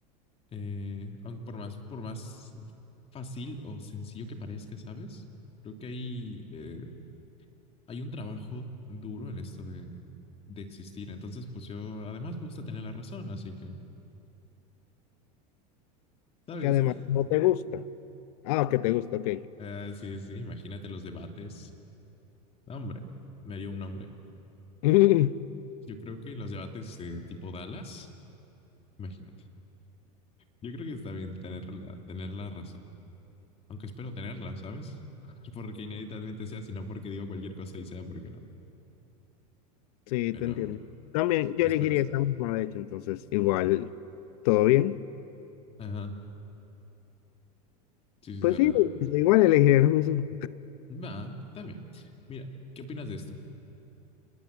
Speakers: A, on the left (about 30°); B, on the left (about 65°).
A: Eh, aunque por más, por más fácil o sencillo que parezca, ¿sabes? Creo que hay eh, hay un trabajo duro en esto de, de existir. Entonces, pues yo además me gusta tener la razón, así que, ¿sabes?
B: que además
A: <laughs>
B: no te gusta. Ah, que te gusta, ok.
A: Ah, sí, sí, imagínate los debates. No, hombre, me dio un nombre.
B: <laughs>
A: Yo creo que los debates de tipo Dallas, imagínate. Yo creo que está bien tener la, tener la razón, aunque espero tenerla, ¿sabes? <laughs> Porque inéditamente sea, sino porque digo cualquier cosa y sea porque no.
B: Sí,
A: Pero,
B: te entiendo. También
A: pero
B: yo elegiría
A: espero eso.
B: esa misma, de hecho, entonces igual, ¿todo bien?
A: Ajá. Sí, sí,
B: Pues
A: dale,
B: sí,
A: dale.
B: igual elegiría lo mismo.
A: Va, está bien. Mira, ¿qué opinas de esto?